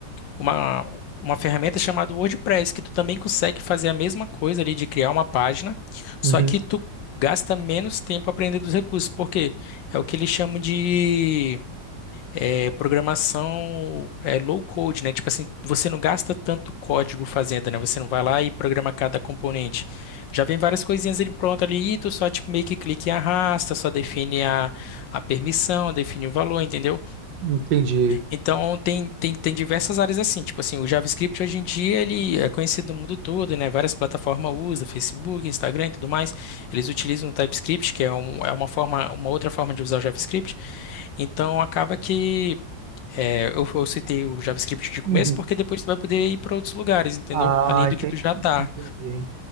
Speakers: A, on the left (about 80°); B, on the right (about 75°).
A: uma, uma ferramenta chamada WordPress, que tu também consegue fazer a mesma coisa ali de criar uma página, só
B: uhum.
A: que tu gasta menos tempo aprendendo os recursos, porque é o que eles chamam de eh, programação eh, low code, né? Tipo assim, você não gasta tanto código fazendo, né? Você não vai lá e programa cada componente. Já vem várias coisinhas ali pronto ali, e tu só tipo, meio que clica e arrasta, só define a, a permissão, define o valor, entendeu?
B: Entendi.
A: Então tem, tem, tem diversas áreas assim, tipo assim, o JavaScript hoje em dia ele é conhecido no mundo todo, né? Várias plataformas usam, Facebook, Instagram e tudo mais. Eles utilizam o TypeScript, que é, um, é uma forma, uma outra forma de usar o JavaScript. Então acaba que é, eu, eu citei o JavaScript de começo
B: Uhum.
A: porque depois tu vai poder ir para outros lugares, entendeu?
B: Ah,
A: Além do
B: entendi.
A: que tu já tá.
B: Entendi.